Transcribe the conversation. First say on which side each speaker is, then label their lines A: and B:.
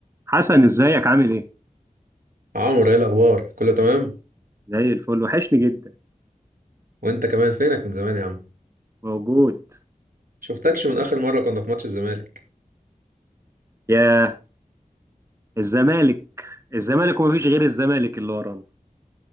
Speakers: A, on the right (about 20°); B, on the right (about 85°).
A: حسن ازيك عامل ايه؟
B: عمرو ايه الاخبار كله تمام
A: زي الفل وحشني جدا
B: وانت كمان فينك من زمان يا عم
A: موجود
B: شفتكش من اخر مره كنا في ماتش الزمالك
A: يا الزمالك الزمالك ومفيش غير الزمالك اللي ورانا